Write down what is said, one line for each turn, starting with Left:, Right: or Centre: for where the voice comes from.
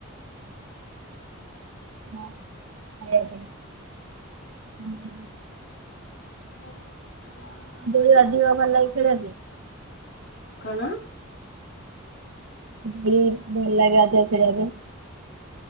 Right: ହଁ, ଖାଇଆ ପାଇଁ, ହଁ ହଁ।
Left: ଆଲାରାମ <unintelligible>
Right: ଦୋଳି ଅଧିକ ଭଲ ଲାଗେ, ଖେଳିବା ପାଇଁ?
Left: କଣ?
Right: ଦୋଳି ଭଲଲାଗେ ଅଧିକ ଖେଳିବା ପାଇଁ।